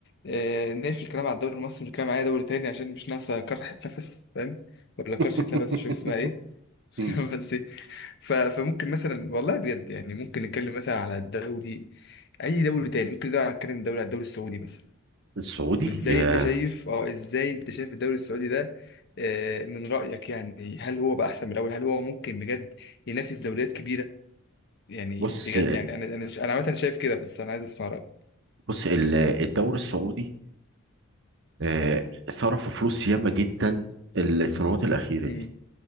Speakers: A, on the left (about 50°); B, on the right (about 55°).
A: آه نقفل الكلام على الدوري المصري ونتكلم على اي دوري تاني عشان مش ناقصة كرحة نفس فاهم ولا كرشة
B: <laughs>
A: نفس مش فاكر اسمها ايه <laughs> فاهم
B: مم.
A: قصدي ف- فممكن مثلا والله بجد يعني ممكن نتكلم مثلا على الدوري اي دوري تاني ممكن ده نتكلم دوري على الدوري السعودي مثلا
B: السعودي
A: وازاي
B: يا
A: انت شايف اه ازاي انت شايف الدوري السعودي ده آه من رأيك يعني هل هو بقى احسن من الاول هل هو ممكن بجد ينافس دوريات كبيرة يعني
B: بص
A: بجد يعني انا انا انا عامه شايف كده بس انا عايز اسمع رايك
B: بص ال- الدوري السعودي آه، صرفوا فلوس ياما جدا السنوات الأخيرة
A: امم
B: دي